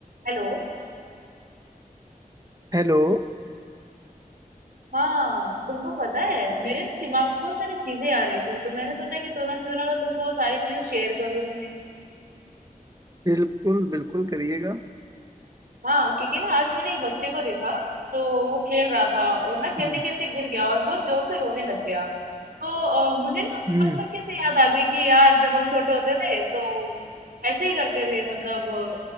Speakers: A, on the right; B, on the right.
A: Hello
B: हेलो
A: हाँ तुमको पता है मेरे ना दिमाग में बहुत सारी चीजें आ रही थी तो मैंने सोचा कि तो ना क्यों ना मैं तुमको वो सारी चीजें शेयर करूँ तुम्हें
B: बिल्कुल बिल्कुल करिएगा
A: हाँ क्योंकि ना आज मैंने एक बच्चे को देखा तो वो खेल रहा था और ना खेलते
B: हम्म
A: खेलते गिर गया और बहुत जोर से रोने लग गया तो अ, मुझे ना अपने
B: हम्म,
A: बचपन की से याद आ गई कि यार जब हम छोटे होते थे तो ऐसे ही करते थे मतलब अ,